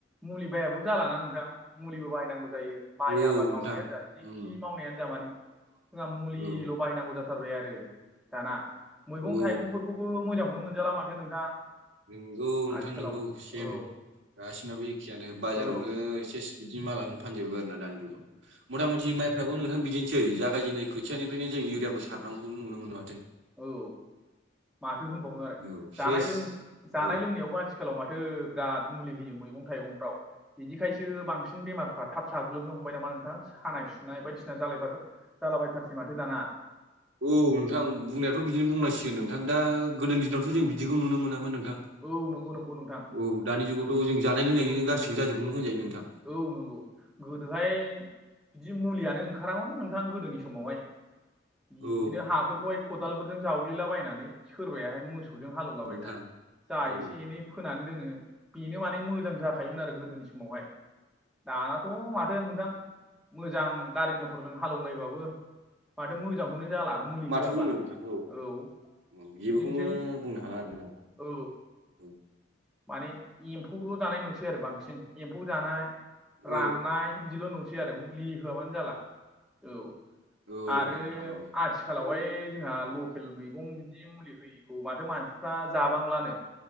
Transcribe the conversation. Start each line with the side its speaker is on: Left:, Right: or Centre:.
Centre: मुलि बायाबो जालाना नोंथां मुलिबो बायनांगौ जायो माइ
Right: औ
Centre: आबाद
Right: नोंथां
Centre: मावनायानो जा जि
Right: उम
Centre: थि मावनायानो जा माने जोंहा मुलिल'
Right: औ
Centre: बाहायनांगौ जाथारबाय आरो दाना मैगं
Right: औ
Centre: थाइगंफो खौबो मोजांखौनो मोनजाला माथो नोंथां
Right: नोंगौ नोंथां
Centre: आथिखालाव
Right: नोंगौ सेम
Centre: औ
Right: गासिनाबो एखेयानो बाजारावनो
Centre: औ
Right: एसे बिदि मालानो फानजोबो आरोना दानि जुगाव मथा मथि माइफ्राबो नोंथां बिदिनोसै जागायजेननाय खोथियानिफ्रायनो जों इउरिखौ सारनांगखौ नुनो मोन
Centre: औ माथो होनबावनो आरो
Right: औ सेस
Centre: जानाय लों जानाय
Right: औ
Centre: लोंनायावबो आथिखालाव माथो बिराद मुलि होयो मैगं थाइगंफ्राव। बिदिखायसो बांसिन बेमारफ्रा थाब साग्लोबनो हमबाय नामा नोंथां सानाय सुनाय बायदिसिना जालाय जालाबायथारसै माथो दाना
Right: औ नोंथां बुंनायाथ' बिदिनो बुंनांसिगोन नोंथां दा गोदोनि दिनावथ' जों बिदिखौ नुनो मोनामोन नोंथां
Centre: औ नंगौ नंगौ नोंथां
Right: औ दानि जुगावथ' जों जानाय लोंनायनि
Centre: औ
Right: गासिबो जाजोबगोन होनजायो नोंथां
Centre: औ नंगौ गोदोहाय बिदि मुलियानो ओंखारामोन नोंथां गोदोनि समावहाय बिदिनो
Right: औ
Centre: हाफोरखौहाय खदालफोरजों जावग्लिलाबायनानै सोरबाहाय मोसौ फोरजों हालेवलाबायना
Right: नोंथां
Centre: जा
Right: औ
Centre: एसे एनै फोनानै दोनो बेनो माने मोजां जाखायोमोन आरो गोदोनि समावहाय दानाथ' माथो नोंथां मोजां गारि मथरजों हालेवलायबाबो माथो मोजांखौनो जाला मुलि
Right: माथो
Centre: होआबा
Right: बुंनो नोंथां
Centre: औ
Right: औ जेबोखौनो
Centre: बिदिनोसै
Right: बुंनो हाला आरो ना नोंथां
Centre: औ माने एम्फौल' जानाय नुसै आरो बांसिन एम्फौ जानाय
Right: औ
Centre: राननाय बिदिल' नुसै आरो मुलि होआबानो जाला औ
Right: औ
Centre: आरो
Right: नोंथां
Centre: आ
Right: औ
Centre: आथिखालावहाय जोंहा लकेल मैगं बिदि मुलि होयैखौ माथो मानसिफ्रा जाबांलानो